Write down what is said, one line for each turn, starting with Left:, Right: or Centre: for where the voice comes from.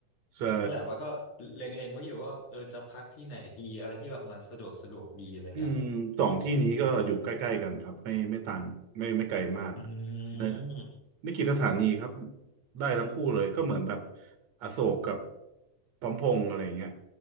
Right: ใช่
Left: นั่นแหละว่าก็เล็งๆไว้อยู่ว่าเออจะพักที่ไหนดีอะไรที่แบบมันสะดวกสะดวกดีอะไรเงี้ย
Right: อืมสองที่นี้ก็อยู่ใกล้ๆกันครับไม่ไม่ต่างไม่ไม่ไกลมาก
Left: อืมอืม
Right: เนอะไม่กี่สถานีครับได้ทั้งคู่เลยก็เหมือนแบบอโศกกับพร้อมพงษ์อะไรอย่างเงี้ย